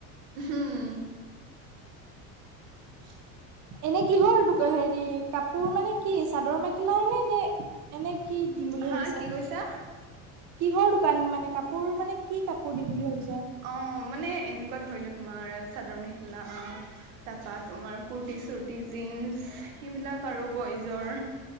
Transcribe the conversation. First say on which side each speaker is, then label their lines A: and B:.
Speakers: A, on the right; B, on the right.
A: উম <inaudible>
B: এনে কিহৰ হেৰি কাপোৰ মানে কি চাদৰ-মেখেলাৰ নে নে এনে কি দিম বুলি
A: হা
B: ভাবিছা?
A: কি কৈছা
B: কিহৰ দোকান মানে কাপোৰ মানে কি কাপোৰ দিম বুলি ভাবিছা?
A: অ' মানে এনেকুৱা ধৰিলে তোমাৰ চাদৰ-মেখেলা। তাৰপা তোমাৰ কুৰ্তি-চুৰ্তি, জিন্চ এইবিলাক আৰু বইজৰ